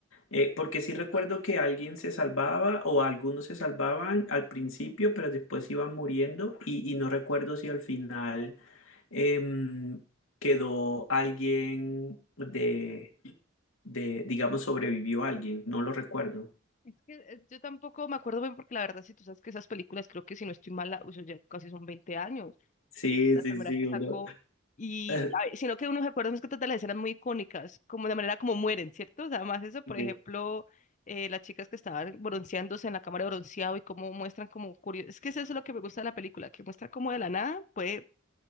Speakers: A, on the left; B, on the left.
A: Eh, porque sí recuerdo que alguien se salvaba o algunos se salvaban al principio, pero después iban muriendo. Y, y no recuerdo si al final em, quedó alguien de, de, digamos, sobrevivió alguien. No lo recuerdo.
B: Es que eh, yo tampoco me acuerdo bien porque la verdad, si tú sabes que esas películas, creo que si no estoy mala, uy, eso ya casi son veinte años.
A: Sí,
B: las
A: sí,
B: primeras
A: sí,
B: que
A: uno-
B: sacó. Y,
A: <laughs>
B: ay, sino que uno se acuerda más que todas de las escenas muy icónicas, como de manera como mueren, ¿cierto? O sea, además eso,
A: Sí.
B: por ejemplo, eh, las chicas que estaban bronceándose en la cámara de bronceado y cómo muestran como curioso. Es que eso es lo que me gusta de la película, que muestra como de la nada puede